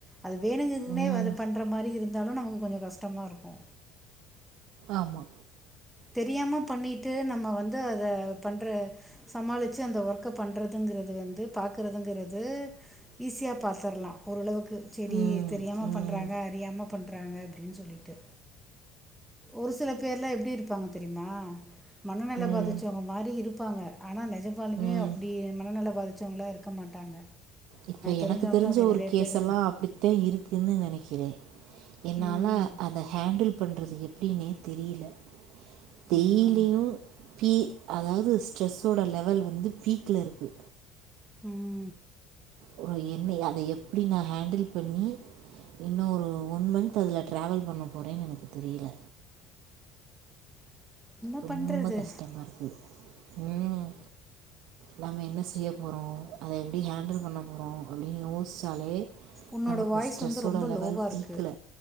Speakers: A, in the centre; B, on the right.
A: அது வேணுங்கதுனே
B: ம்.
A: அது பண்ற மாரி இருந்தாலு நமக்கு கொஞ்சோ கஷ்டமா இருக்கு
B: ஆமா
A: தெரியாம பண்ணிட்டு நம்ம வந்து அத பண்ற சமாளிச்சி அந்த ஒர்க் க்க பண்றதுங்கிறது வந்து பாக்கறதுங்கிறது ஈஸியா பாத்துர்லா ஓரளவுக்கு செரி
B: ம்.
A: தெரியாம
B: ம்.
A: பண்றாங்க அறியாம பண்றாங்க அப்டின் சொல்லிட்டு ஒரு சில பேர்லா எப்டி இருப் தெரியுமா மனநெல
B: ம்.
A: பாதிச்சவங்க மாதிரி இருப்பாங்க ஆனா நெஜப்பாலுமே
B: ம்.
A: அப்டி மனநில பாதிச்சவங்களா இருக்க மாட்டாங்க
B: இப்ப எனக்கு
A: தெரிஞ்சவங்களாம்
B: தெரிஞ்ச
A: அப்படி
B: ஒரு
A: நிறைய
B: கேஸ்
A: பேர் இருக்கு
B: எல்லா அப்டி அதா இருக்குன்னு நெனைக்கிறே என்னால
A: ம்
B: அத ஹேண்டில் பண்றது எப்டினே தெரியில
A: ம்
B: டெய்லியு பீ அதாவ்து ஸ்ட்ரெஸ்ஸோட லெவல் வந்து பீக்ல இருக்கு
A: ம்
B: ஒரு என்னை அத எப்டி நா ஹேண்டில் பண்ணி இன்னு ஒரு ஒன் மன்ந்த் அதுல ட்ராவல் பண்ண போறேன்னு எனக்கு தெரியல
A: என்ன
B: ரொம்ப
A: பண்ணுறது
B: கஷ்டமா இருக்கு ம் நாம என்ன செய்ய போறோ அத எப்டி ஹேண்டில் பண்ண போறோ அப்டின்னு யோச்சாலே
A: உன்னோட
B: நமக்கு
A: வாய்ஸ்
B: ஸ்ட்ரெஸ்ஸோட
A: வந்து ரொம்ப
B: லெவல்
A: லோவாக
B: பீக்ல
A: இருக்குது